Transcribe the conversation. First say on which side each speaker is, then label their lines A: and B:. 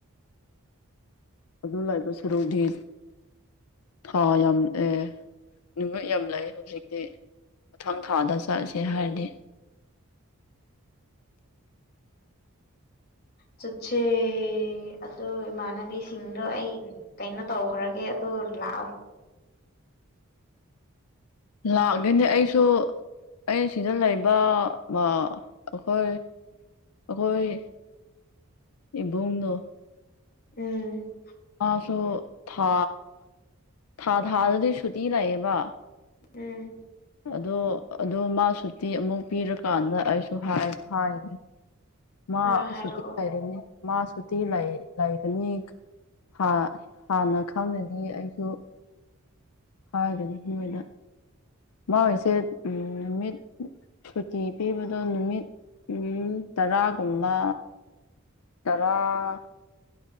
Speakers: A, on the left; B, on the left.
A: ꯑꯗꯨ ꯂꯥꯛꯏꯕ ꯁꯔꯨꯗꯤ ꯊꯥ ꯌꯥꯝꯑꯦ ꯅꯨꯃꯤꯠ ꯌꯥꯝ ꯂꯩꯑꯦ ꯍꯧꯖꯤꯛꯇꯤ ꯃꯊꯪ ꯊꯥꯗ ꯆꯠꯂꯁꯦ ꯍꯥꯏꯔꯗꯤ
B: ꯆꯠꯁꯦ ꯑꯗꯨꯗꯣ ꯏꯃꯥꯟꯅꯕꯤꯁꯤꯡꯗꯣ ꯑꯩ ꯀꯩꯅꯣ ꯇꯧꯈ꯭ꯔꯒꯦ ꯑꯗꯨ ꯂꯥꯛꯑꯣ
A: ꯂꯥꯛꯂꯅꯤ ꯑꯩꯁꯨ ꯑꯩ ꯁꯤꯗ ꯂꯩꯕ ꯃꯤ ꯑꯈꯣꯏ ꯑꯈꯣꯏ ꯏꯕꯨꯡꯗꯣ
B: ꯎꯝ
A: ꯃꯥꯁꯨ ꯊꯥ ꯊꯥ ꯊꯥꯗꯗꯤ ꯁꯨꯇꯤ ꯂꯩꯌꯦꯕ
B: ꯎꯝ
A: ꯑꯗꯣ ꯑꯗꯣ ꯃꯥ ꯁꯨꯇꯤ ꯑꯃꯨꯛ ꯄꯤꯔꯀꯥꯟꯗ ꯑꯩꯁꯨ ꯍꯥꯢ ꯍꯥꯏꯒꯦ ꯃꯥ
B: ꯑ ꯍꯥꯏꯔꯛꯑꯣ
A: ꯁꯨꯇꯤ ꯍꯥꯏꯔꯅꯤ ꯃꯥ ꯁꯨꯇꯤ ꯂꯩꯒꯅꯤ ꯍꯥ ꯍꯥꯟꯅ ꯈꯪꯉꯗꯤ ꯑꯩꯁꯨ ꯍꯥꯏꯒꯅꯤ ꯃꯣꯏꯅ ꯃꯣꯏꯁꯦ ꯃꯤꯠ ꯁꯨꯇꯤ ꯄꯤꯕꯗꯣ ꯅꯨꯃꯤꯠ ꯎꯝ ꯇꯔꯥꯒꯨꯝꯕ ꯇꯔꯥ